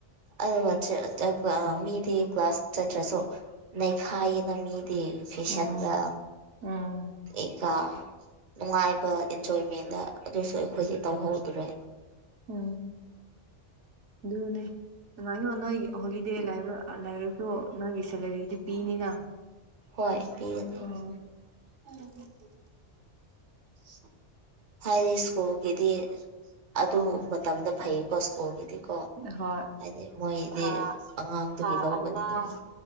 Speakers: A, on the right; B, on the right.
A: ꯑꯦ ꯋꯥꯆꯞꯇ ꯃꯤꯗꯤ ꯀ꯭ꯂꯥꯁ ꯆꯠꯇ꯭ꯔꯁꯨ ꯅꯩꯈꯥꯏꯌꯦꯗ ꯃꯤ ꯐꯦꯁꯟꯗ
B: ꯎꯝ ꯎꯝ
A: ꯑꯦꯀ ꯅꯨꯡꯉꯥꯏꯕ ꯏꯟꯖꯣꯏꯃꯦꯟꯗ ꯑꯗꯨꯁꯨ ꯑꯩꯈꯣꯏꯗꯤ ꯇꯧꯍꯧꯗ꯭ꯔꯦ
B: ꯎꯝ ꯑꯗꯨꯅꯦ ꯅꯨꯡꯉꯥꯏꯌꯨ ꯅꯣꯏ ꯍꯣꯂꯤꯗꯦ ꯂꯩꯕ ꯂꯥꯏꯛꯁꯨ ꯅꯣꯏꯒꯤ ꯁꯦꯂꯔꯤꯗꯤ ꯄꯤꯅꯤꯅ
A: ꯍꯣꯏ ꯄꯤꯒꯅꯤ
B: ꯎꯝ <unintelligible>
A: ꯍꯥꯏꯗꯤ ꯁ꯭ꯀꯨꯜꯒꯤꯗꯤ ꯑꯗꯨ
B: ꯑꯣ
A: ꯃꯇꯝꯗ ꯐꯩꯀꯣ ꯁ꯭ꯀꯨꯜꯒꯤꯗꯤꯀꯣ
B: ꯍꯣꯏ
A: ꯍꯥꯏꯗꯤ ꯃꯣꯏꯗꯤ
B: ꯊꯥ
A: ꯑꯉꯥꯡꯗꯒꯤ
B: ꯊꯥ
A: ꯂꯧꯕꯅꯤꯗꯅ
B: ꯑꯃ